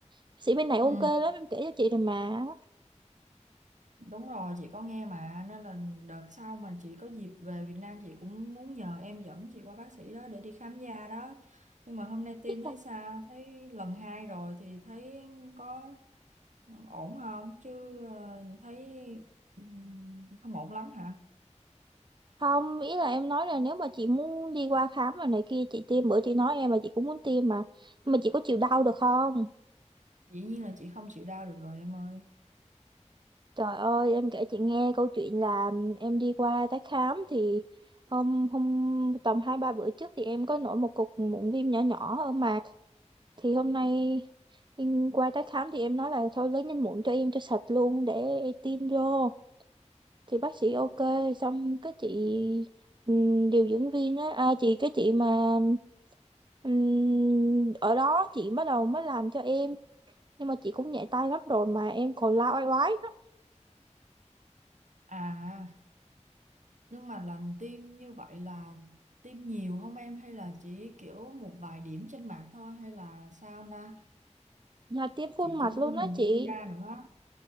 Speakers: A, on the right (about 40°); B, on the right (about 80°).
A: bác sĩ bên này ok
B: Ừ.
A: lắm em kể cho chị rồi mà
B: Đúng rồi, chị có nghe mà nên là đợt sau mà chị có dịp về Việt Nam chị cũng muốn nhờ em dẫn chị qua bác sĩ đó để đi khám da đó. Nhưng mà hôm nay tin
A: nhưng
B: thấy
A: mà
B: sao? Thấy lần hai rồi thì thấy có ổn không? Chứ ờ, thấy ừm, không ổn lắm hả?
A: không ý là em nói là nếu mà chị muốn đi qua khám rồi này kia chị tiêm bữa chị nói em là chị cũng muốn tiêm mà Nhưng mà chị có chịu đau được không
B: Dĩ nhiên là chị không chịu đau được rồi em ơi.
A: Trời ơi, em kể chị nghe câu chuyện là em đi qua tái khám thì hôm hôm tầm hai ba bữa trước thì em có nổi một cục mụn viêm nhỏ nhỏ ở mặt thì hôm nay em qua tái khám thì em nói là thôi lấy nhanh mụn cho em cho sạch luôn để tiêm vô thì bác sĩ ok xong cái chị ừm, điều dưỡng viên á à, chị cái chị mà ừm, ở đó chị bắt đầu mới làm cho em nhưng mà chị cũng nhẹ tay lắm rồi mà em còn la oai oái lắm
B: À, nhưng mà lần tiêm như vậy là tiêm nhiều không em hay là chỉ kiểu một vài điểm trên mặt thôi hay là sao na?
A: là tiêm khuôn
B: Chị cũng
A: mặt luôn
B: chưa
A: á
B: hình
A: chị
B: dung ra nữa.